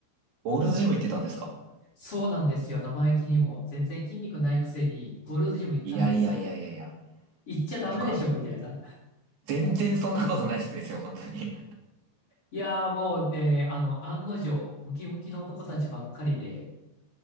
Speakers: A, on the right; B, on the left.
A: オールドジム行ってたんですか
B: そうなんですよ。生意気にも。全然筋肉ないくせに、ゴールドジム行ったんですよ。
A: いやいやいやいやいや。
B: 行っちゃダメでしょ、
A: 筋肉はもう、
B: みたいな。
A: 全然そんなことないですよ、<laughs> 本当に。
B: いやーもうね、あの、案の定、ムキムキの男たちばっかりで、